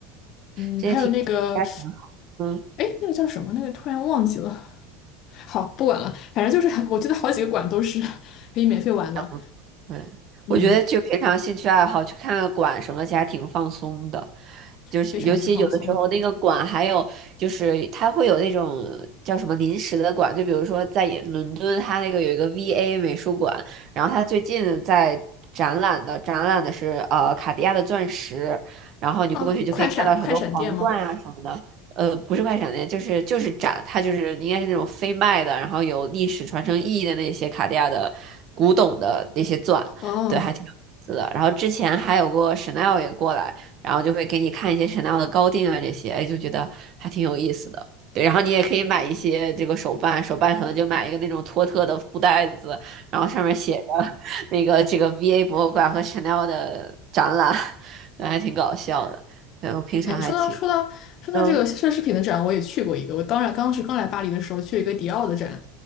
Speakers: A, on the left; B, on the right.
A: 嗯，
B: 这些题目还挺好。
A: 还有那个，
B: 嗯，
A: 哎，那个叫什么？那个突然忘记了。好，不管了，反正就是我记得好几个馆都是 <laughs> 可以免费玩的。
B: 还不错。对，
A: 嗯。
B: 我觉得就平常兴趣爱好去看看馆什么，其实还挺放松的。就是尤其有的时候那个馆还有就是它会有那种叫什么临时的馆，
A: 非常之放松
B: 就比如说在伦敦，它那个有一个 VA 美术馆，然后它最近在展览的展览的是呃卡地亚的钻石，然后你过去就可以看到很多皇冠啊什么的，
A: 啊！快闪快闪店吗？
B: 呃，不是快闪店，就是就是展，它就是应该是那种非卖的，然后有历史传承意义的那些卡地亚的古董的那些钻，
A: 哦，
B: 对，还挺有意思的。然后之前还有过 Chanel 也过来，然后就会给你看一些 Chanel 的高定啊这些，哎，就觉得还挺有意思的。对，然后你也可以买一些这个手办，手办可能就买一个那种托特的布袋子，然后上面写着那个这个 VA 博物馆和 Chanel 的展览，<laughs> 对还挺搞笑的。然后平常还挺。
A: 哎，说到说到说到这个奢侈品的展，
B: 嗯，
A: 我也去过一个。我当然当时刚来巴黎的时候去了一个迪奥的展，